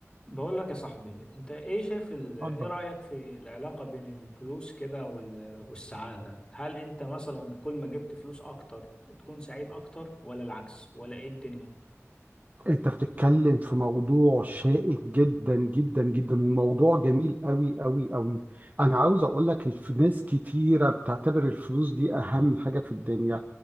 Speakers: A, on the left (about 20°); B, on the right (about 35°).
A: بقول لك يا صاحبي انت ايه شايف ال... ايه
B: اتفضل
A: رأيك في العلاقة بين الفلوس كده وال... والسعادة هل انت مثلا كل ما جبت فلوس اكتر تكون سعيد اكتر ولا العكس ولا ايه الدنيا
B: انت بتتكلم في موضوع شائك جدا جدا جدا وموضوع جميل قوي قوي قوي انا عاوز اقول لك الف- ناس كتيره بتعتبر الفلوس دي اهم حاجه في الدنيا